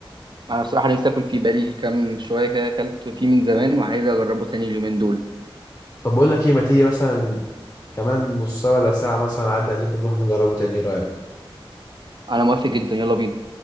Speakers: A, on the right; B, on the left.
A: انا بصراحه نفسي اكل فيه بقالي كام شويه كده اكلت فيه من زمان وعايز اجربه تاني اليومين دول
B: طب بقول لك ايه ما تيجي مثلا كمان نص ساعه ولا ساعه مثلا اعدي عليك ونروح نجربه تاني ايه رايك
A: انا موافق جدا يلا بينا